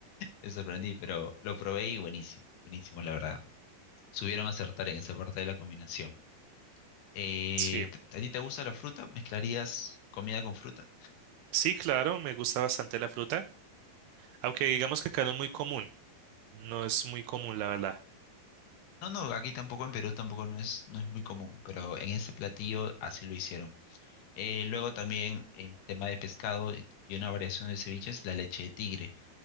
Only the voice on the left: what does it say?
me sorprendí, pero lo probé y buenísimo, buenísimo, la verdad. Subieron a acertar en esa parte de la combinación. Eh,
¿t- ¿a ti te gusta la fruta? ¿Mezclarías comida con fruta?
No, no, aquí tampoco, en Perú tampoco no es, no es muy común, pero en ese platillo así lo hicieron. Eh, luego también en tema de pescado y y una variación de ceviche es la leche de tigre,